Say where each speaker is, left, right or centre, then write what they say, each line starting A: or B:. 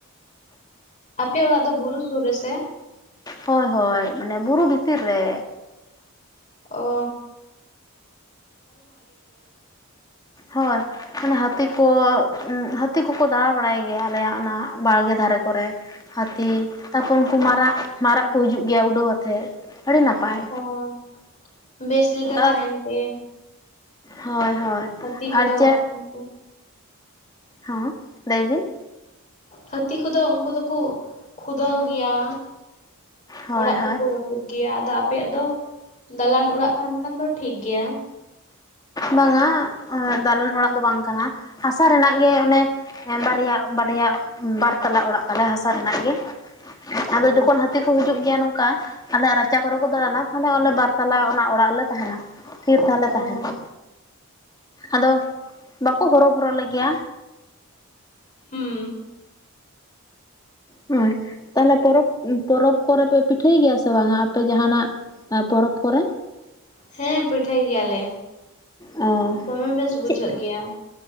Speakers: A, on the left; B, on the left.
A: ᱟᱯᱮ ᱚᱲᱟᱜ ᱫᱚ ᱵᱩᱨᱩ ᱥᱩᱨ ᱨᱮᱥᱮ?
B: ᱦᱳᱭ ᱦᱳᱭ ᱢᱟᱱᱮ ᱵᱩᱨᱩ ᱵᱷᱤᱛᱤᱨ ᱨᱮ,
A: ᱚᱻ
B: ᱦᱳᱭᱼᱼ ᱢᱟᱱᱮ ᱦᱟᱹᱛᱤ ᱠᱚ ᱦᱟᱹᱛᱤ ᱠᱚᱠᱚ ᱫᱟᱬᱟ ᱵᱟᱲᱟᱭ ᱜᱮᱭᱟ ᱟᱞᱮᱭᱟᱜ ᱚᱱᱟ ᱵᱟᱲᱜᱮ ᱫᱷᱟᱨᱮ ᱠᱚᱨᱮ ᱦᱟᱹᱛᱤ ᱛᱟᱯᱚᱨ ᱩᱱᱠᱩ ᱢᱟᱨᱟᱜ ᱢᱟᱨᱟᱜ ᱠᱚ ᱦᱤᱡᱩᱜ ᱜᱮᱭᱟ ᱩᱰᱟᱹᱣ ᱟᱛᱮᱫ ᱟᱹᱰᱤ ᱱᱟᱯᱟᱭᱼᱼ
A: ᱚᱸ ᱵᱮᱥ ᱞᱮᱠᱟ
B: ᱟᱨ
A: ᱛᱟᱦᱮᱱ ᱯᱮ᱾
B: ᱦᱳᱭ ᱦᱳᱭ
A: ᱦᱟᱹᱛᱤ ᱠᱚᱫᱚ
B: ᱟᱨ ᱪᱮᱫ
A: ᱩᱱᱠᱩ
B: ᱦᱚᱸ ᱞᱟᱹᱭ ᱵᱤᱱ?
A: ᱦᱟᱹᱛᱤ ᱠᱚᱫᱚ ᱩᱱᱠᱩ ᱫᱚᱠᱚ ᱠᱷᱩᱫᱟᱹᱣ ᱜᱮᱭᱟ,
B: ᱦᱳᱭ
A: ᱚᱲᱟᱜ ᱠᱚᱠᱚ
B: ᱦᱳᱭ
A: ᱨᱟᱹᱯᱩᱫ ᱜᱮᱭᱟ ᱟᱫᱚ ᱟᱯᱮᱭᱟᱜ ᱫᱚ ᱫᱟᱞᱟᱱ ᱚᱲᱟᱜ ᱠᱟᱱ ᱠᱷᱟᱱ ᱫᱚ ᱴᱷᱤᱠ ᱜᱮᱭᱟ
B: ᱵᱟᱝᱟ ᱫᱟᱞᱟᱱ ᱚᱲᱟᱜ ᱫᱚ ᱵᱟᱝ ᱠᱟᱱᱟ ᱦᱟᱥᱟ ᱨᱮᱱᱟᱜ ᱜᱮ ᱚᱱᱮᱼᱼ ᱵᱟᱨᱭᱟ ᱵᱟᱨᱭᱟ ᱵᱟᱨ ᱛᱟᱞᱟ ᱚᱲᱟᱜ ᱛᱟᱞᱮ ᱦᱟᱥᱟ ᱨᱮᱱᱟᱜ ᱜᱮᱼᱼ ᱟᱫᱚ
A: ᱚ
B: ᱡᱚᱠᱷᱚᱱ ᱦᱟᱹᱛᱤ ᱠᱚ ᱦᱤᱡᱩᱜ ᱜᱮᱭᱟ ᱱᱚᱝᱼᱼ ᱠᱟ ᱟᱞᱮ ᱨᱟᱪᱟ ᱠᱚᱨᱮ ᱠᱚ ᱫᱟᱬᱟᱱᱟ ᱛᱟᱦᱚᱞᱮ ᱟᱞᱮ ᱵᱟᱨᱛᱟᱟᱞᱟ ᱚᱱᱟ ᱚᱲᱟᱜ ᱨᱮ ᱞᱮ ᱛᱟᱦᱮᱱᱟ᱾ ᱛᱷᱤᱨ ᱛᱷᱟᱨ ᱞᱮ ᱛᱟᱦᱮᱱᱟ
A: ᱚ
B: ᱟᱫᱚ ᱵᱟᱠᱚ ᱦᱚᱨᱚᱵᱚᱨᱚ ᱞᱮᱜᱮᱭᱟ
A: ᱦᱚᱸᱢ
B: ᱦᱳᱭ ᱛᱟᱦᱞᱮ ᱯᱚᱨᱚᱵᱽ ᱯᱚᱨᱚᱵᱽ ᱠᱚᱨᱮ ᱯᱮ ᱯᱤᱴᱷᱟᱹᱭ ᱜᱮᱭᱟ ᱥᱮ ᱵᱟᱝᱟ ᱟᱯᱮ ᱡᱟᱦᱱᱟᱜ? ᱟᱨ ᱯᱚᱨᱚᱵᱽ ᱠᱚᱨᱮ?
A: ᱦᱮᱸ ᱯᱤᱴᱷᱟᱹᱭ ᱜᱮᱭᱟᱞᱮ
B: ᱚ
A: ᱫᱚᱢᱮ ᱵᱮᱥ ᱵᱩᱡᱷᱟᱹᱜ
B: ᱪᱮᱫ
A: ᱜᱮᱭᱟ᱾